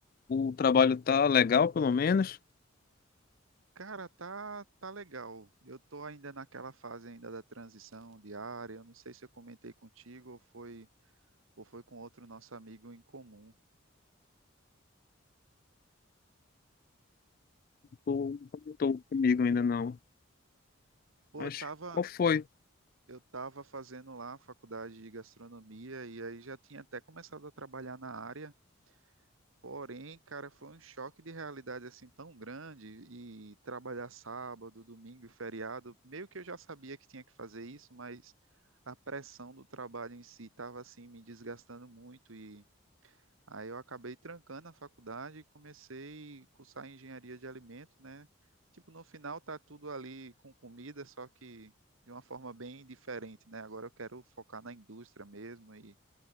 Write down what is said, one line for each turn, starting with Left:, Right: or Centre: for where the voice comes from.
Left: o trabalho tá legal, pelo menos.
Right: Cara, tá tá legal. Eu tô ainda naquela fase ainda da transição diária. Eu não sei se eu comentei contigo ou foi ou foi com outro nosso amigo em comum.
Left: Tô, não tô comigo ainda não.
Right: Pô,
Left: Mas
Right: eu tava
Left: qual foi?
Right: Eu estava fazendo lá a faculdade de gastronomia e aí já tinha até começado a trabalhar na área. Porém, cara, foi um choque de realidade assim tão grande e trabalhar sábado, domingo e feriado, meio que eu já sabia que tinha que fazer isso, mas a pressão do trabalho em si estava assim me desgastando muito e Aí eu acabei trancando a faculdade e comecei a cursar engenharia de alimentos, né? Tipo, no final tá tudo ali com comida, só que de uma forma bem diferente, né? Agora eu quero focar na indústria mesmo e